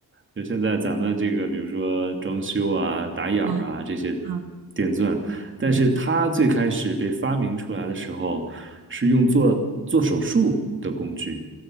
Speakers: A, on the right (about 30°); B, on the right (about 75°).
A: 就现在咱们这个，比如说装修啊、打眼儿啊这些
B: 嗯嗯
A: 电钻，但是它最开始被发明出来的时候，
B: 嗯，
A: 是用做做手术的工具。